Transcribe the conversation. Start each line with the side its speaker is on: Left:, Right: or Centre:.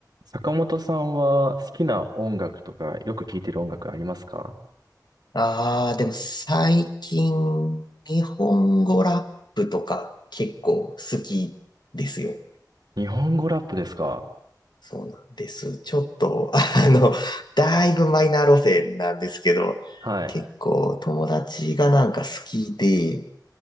Right: 坂本さんは好きな音楽とかよく聴いてる音楽ありますか
Left: ああ、でも最近、日本語ラップとか結構好きですよ。
Right: 日本語ラップですか
Left: そうなんです。ちょっと、あの、だいぶマイナー路線なんですけど、
Right: はい。
Left: 結構友達がなんか好きで、